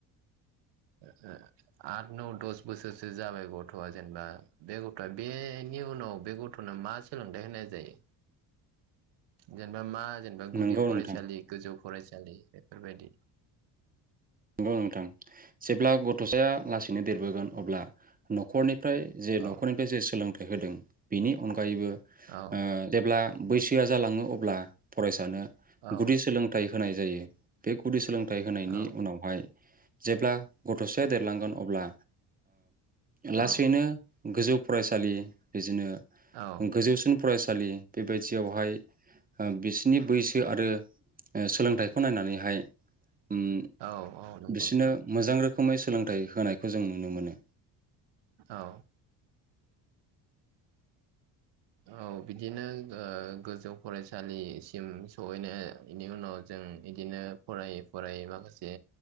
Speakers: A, on the right; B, on the right.
A: ओ ओ आद नौ दस बोसोरसो जाबाय गथ'आ जेनेबा बे गथ'आ बेनि उनाव बे गथ'नो मा सोलोंथाइ होनाय जायो जेनेबा मा जेनेबा गुदि
B: नंगौ
A: फरायसालि
B: नोंथां
A: गोजौ फरायसालि बेफोरबायदि
B: नंगौ नोंथां जेब्ला गथ'साया लासैनो देरबोगोन अब्ला नख'रनि फ्राय जे
A: औ
B: नखरनिफ्राय जे सोलोंथाइ होदों बेनि अनगायैबो
A: औ
B: ओ देब्ला बैसोआ जालाङो अब्ला फरायसानो
A: औ
B: गुदि सोलोंथाइ होनाय जायो बे गुदि सोलोंथाइ फोथाय होनायनि
A: औ
B: उनाव जेब्ला गथ'साया देरलांगोन अब्ला लासैनो
A: औ
B: गोजौ फरायसालि बिदिनो
A: औ
B: गोजौसिन फरायसा फरायसालि बेबायदियावहाय बिसोरनि बैसो आरो सोलोंथाइखौ नायनानैहाय उओ
A: औ औ नंगौ
B: बिसोरनो
A: नोंथां
B: मोजां रोखोमै सो सोलोंथाइ होनायखौ जों नुनो मोनो।
A: औ औ बिदिनो ओ गोजौ फरायसालिसिम सहैनायनि उनाव जों बिदिनो फरायै फरायै माखासे